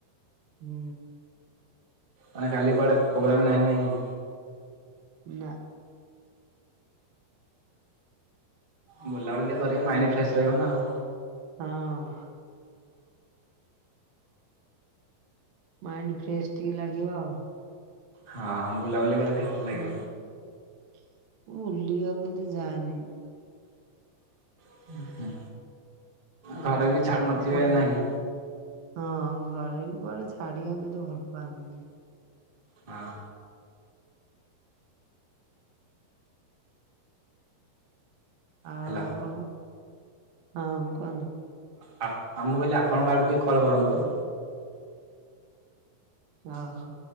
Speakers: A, on the right (about 75°); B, on the right (about 40°).
A: ହୁଁ।
B: ମାନେ କାଲି କୁଆଡେ ପୋଗ୍ରାମ ନାଇଁ, ନାହିଁ କି?
A: ନା।
B: ବୁଲାବୁଲି ଟିକେ କରିବ, ମାଇଣ୍ଡ ଫ୍ରେଶ୍ ରହିବ ନା ଆଉ।
A: ହଁ। ମାଇଣ୍ଡ ଫ୍ରେଶ ଟିକେ ଲାଗିବ ଆଉ।
B: ହଁ ବୁଲାବୁଲି କଲେ ଟିକେ ଭଲ ଲାଗିବ
A: ହୁଁ ବୁଲିିବାକୁ ଏତେ ଯାଏନି।
B: ହୁଁ ଘରେ ବି ଛାଡ଼ୁନଥିବେ
A: ଆପଣ,
B: ନା କି
A: ହଁ ଘରେ ବି କୁଆଡେ ଛାଡିବାକୁ ଏତେ ଭଲ ପାଆନ୍ତିନି।
B: ହଁ।
A: ଆଉ
B: ହେଲା
A: ଆପଣ, ହଁ କୁହନ୍ତୁ।
B: ହଁ ମୁଁ କହିଲି ଆପଣଙ୍କ ଆଡୁ ଟିକେ କଲ୍ କରନ୍ତୁ।
A: ଓ ହୋ